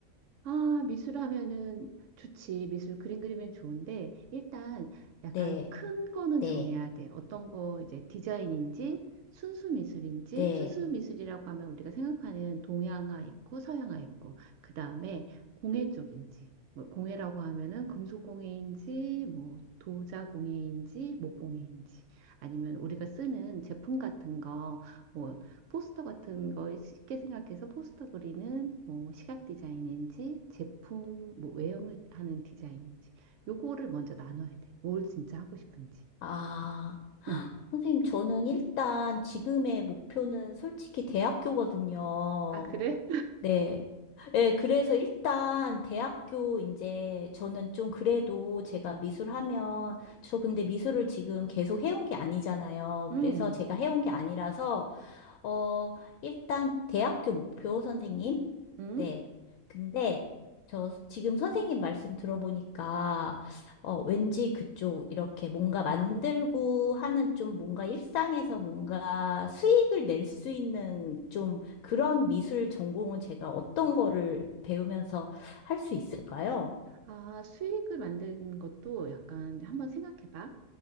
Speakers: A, on the right; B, on the left.
A: 아, 미술 하면은 좋지. 미술 그림 그리면 좋은데 일단 약간
B: 네,
A: 큰 거는
B: 네,
A: 정해야 돼. 어떤 거 이제 디자인인지 순수 미술인지
B: 네.
A: 순수 미술이라고 하면 우리가 생각하는 동양화 있고 서양화 있고 그다음에 공예 쪽인지 뭐 공예라고 하면은 금속 공예인지 뭐 도자 공예인지 목 공예인지 아니면 우리가 쓰는 제품 같은 거뭐 포스터 같은 걸 쉽게 생각해서 포스터 그리는 뭐 시각 디자인인지 제품 뭐 외형을 하는 디자인인지 요거를 먼저 나눠야 돼. 뭘 진짜 하고 싶은지.
B: 아,
A: 응.
B: 선생님, 저는 일단 지금의 목표는 솔직히 대학교거든요.
A: 아, 그래?
B: 네. 예, 그래서 일단 대학교 이제 저는 좀 그래도 제가 미술하면 저 근데 미술을 지금 계속 해온 게 아니잖아요.
A: 응
B: 그래서 제가 해온 게 아니라서 어 일단 대학교 목표 선생님
A: 응.
B: 네. 근데 저 지금 선생님 말씀 들어보니까 어, 왠지 그쪽 이렇게 뭔가 만들고 하는 좀 뭔가 일상에서 뭔가 수익을 낼 수 있는 좀 그런 미술 전공은 제가 어떤 거를 배우면서 할 수 있을까요?
A: 아, 수익을 만드는 것도 약간 한번 생각해봐.